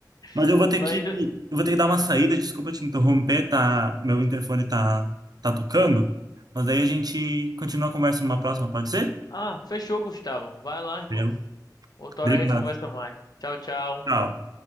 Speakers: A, on the right (about 60°); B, on the left (about 65°).
A: Mas
B: <laughs>
A: eu vou ter
B: Mas.
A: que, eu vou ter que dar uma saída, desculpa te interromper, tá? Meu interfone tá, tá tocando. Mas daí a gente continua a conversa numa próxima, pode ser?
B: Ah, fechou, Gustavo. Vai lá, irmão.
A: Entendeu?
B: Outra
A: Obrigado.
B: hora a gente conversa mais. Tchau, tchau.
A: Tchau.